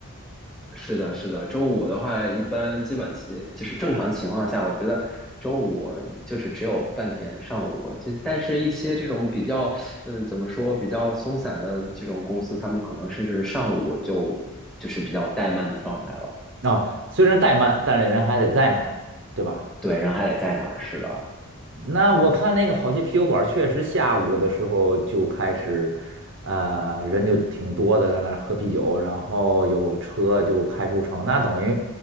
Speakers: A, in the centre; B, on the right.
A: 是的，是的。周五的话，一般基本情就是正常情况下，我觉得周五就是只有半天上午。就但是，一些这种比较，嗯，怎么说，比较松散的这种公司，他们可能甚至上午就就是比较怠慢的状态了。
B: 啊，虽然怠慢，但是人还得在那儿，对吧？
A: 对，人还得在那儿，是的。
B: 那我看那个好些啤酒馆，确实下午的时候就开始，呃，人就挺多的，在那儿喝啤酒，然后有车就开出城。那等于